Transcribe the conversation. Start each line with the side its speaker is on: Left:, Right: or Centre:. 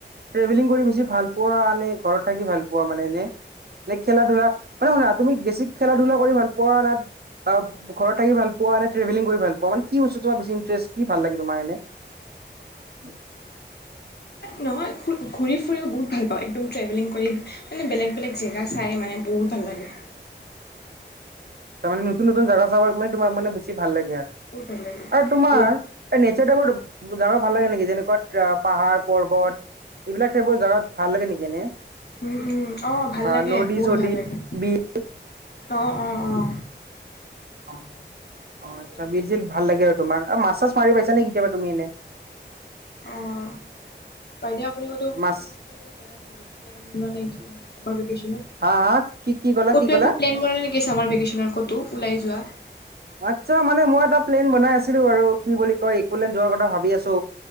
Right: ট্ৰেভেলিং কৰি বেছি ভাল পোৱা নে ঘৰত থাকি ভাল পোৱা মানে এনে? নে খেলা -ধূলা মানে শুনা তুমি বেছিক খেলা- ধূলা কৰি ভাল পোৱা না তব ঘৰত থাকি ভাল পোৱা নে ট্ৰভেলিং কৰি ভাল পোৱা মানে কি বস্তু তোমাৰ বেছি ইণ্টাৰেষ্ট কি ভাল লাগে তোমাৰ এনে? <inaudible>
Left: নহয় ঘূৰি -ফুৰিও বহুত ভাল পাওঁ একদম ট্ৰেভেলিং কৰি মানে বেলেগ- বেলেগ জেগা চাই মানে বহুত ভাল লাগে।
Right: চ' মানে নতুন- নতুন জাগা চাব তোমাৰ মানে বেছি ভাল লাগে আৰ। অহ,
Left: বহুত ভাল লাগে।
Right: তোমাৰ
Left: বহুত।
Right: এ নেচাৰটা বত <unintelligible> জাগাটো ভাল লাগে নেকি যেনেকুৱা পাহাৰ- পৰ্বত এইবিলাক টাইপৰ জাগত ভাল লাগে নেকি এনে?
Left: উম-উম অহ ভাল
Right: বা
Left: লাগে
Right: নদী
Left: বহুত
Right: চদী
Left: ভাল লাগে।
Right: বিল
Left: অ', - অ', - অ',
Right: অ', অহ,
Left: ভাল
Right: আচ্ছা
Left: লাগে
Right: বিৰ
Left: সেইবিলাক
Right: ছীল ভাল
Left: জেগাই
Right: লাগে আৰু তোমাৰ মাছ -চাছ মাৰি পাইছা নে কেতিয়াবা তুমি এনে?
Left: অহ, বাইদেউ আপুনি কতো
Right: মাছ
Left: ফুৰিব চুৰিব যোৱা নাই নেকি প্লেন বনোৱা নাইটো? চামাৰ ভেকেশনত
Right: হা হা কি কি ক'লা
Left: ক'তো
Right: কি ক'লা
Left: প্লেন কৰে নাই নেকি চামাৰ ভেকেশন কতো ওলাই যোৱা
Right: আচ্ছা মানে মই এটা প্লেন বনাই আছিলো আৰু কি বুলি কয় একো ললেন যোৱাৰ কথা ভাবি আছো।